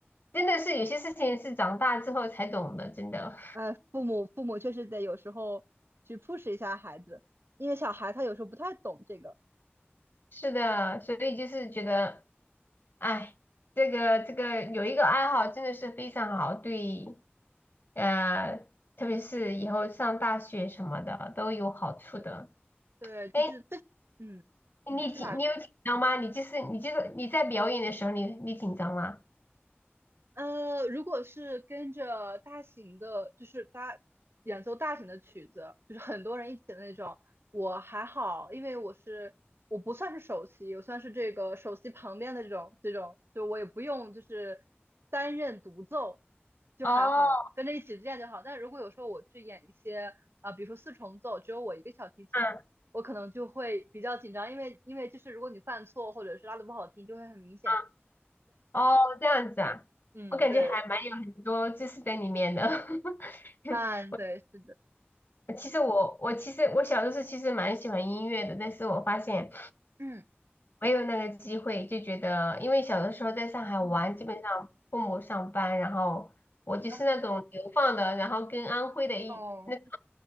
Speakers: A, on the left; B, on the right.
A: 真的是有些事情是长大之后才懂的，真的
B: 哎，父母父母确实得有时候去 push 一下孩子，因为小孩他有时候不太懂这个。
A: <laughs> 是的，所以就是觉得，哎，这个这个有一个爱好真的是非常好，对，呃，特别是以后上大学什么的都有好处的。
B: 对对，就是最，
A: 哎，
B: 嗯，
A: 你紧你有紧张吗？
B: 最起码。
A: 你就是你就是你在表演的时候你你紧张吗？
B: 呃，如果是跟着大型的，就是大演奏大型的曲子，就是很多人一起的那种，我还好，因为我是我不算是首席，我算是这个首席旁边的这种这种，就我也不用就是担任独奏，就还好，
A: 哦，
B: 跟着一起练就好。但如果有时候我去演一些啊、呃比如说四重奏，只有我一个小提琴，
A: 嗯
B: 我可能就会比较紧张，因为因为就是如果你犯错或者是拉的不好听，就会很明显。
A: 嗯，哦，这样子啊，
B: 对，嗯，
A: 我感觉还蛮有很多知识在里面的。
B: 对。
A: <laughs>
B: 嗯，对，是的，
A: 其实我我其实我小的时候其实蛮喜欢音乐的，但是我发现
B: 嗯
A: 没有那个机会，就觉得因为小的时候在上海玩，
B: 嗯
A: 基本上父母上班，然后我就是那种流放的，
B: 啊
A: 然后跟安徽的一。
B: 哦
A: 那。